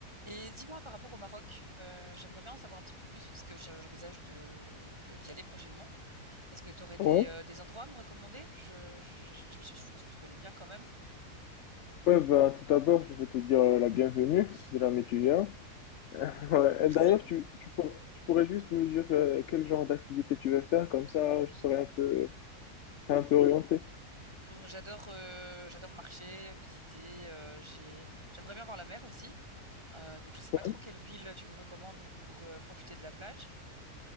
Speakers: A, on the right (about 15°); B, on the left (about 65°).
A: Et dis-moi par rapport au Maroc, euh, j'aimerais bien en savoir un petit peu plus parce que je- j'envisage de, de- d'y aller prochainement. Est-ce que tu aurais
B: Ouais,
A: des, euh, des endroits à me recommander? Je, je, je, je- je pense que tu connais bien quand même.
B: ouais bah, tout d'abord, je vais te dire euh, la bienvenue <laughs> si jamais tu viens. <laughs> Ouais.
A: Merci.
B: Et d'ailleurs, tu, tu, pour- tu pourrais juste me dire euh, quel genre d'activité tu veux faire, comme ça je serai un peu, un peu orienté.
A: Hum, J'adore euh, j'adore marcher, visiter. euh, j'ai, j'aimerais bien voir la mer aussi. Euh, donc je sais
B: Ouais.
A: pas trop quelle ville tu me recommandes pour euh, profiter de la plage.